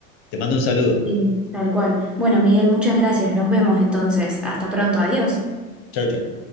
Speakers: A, on the left (about 40°); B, in the centre.
A: Te mando un saludo.
B: Sí, tal cual. Bueno, Miguel, muchas gracias. Nos vemos entonces. Hasta pronto. Adiós.
A: Chau, chau.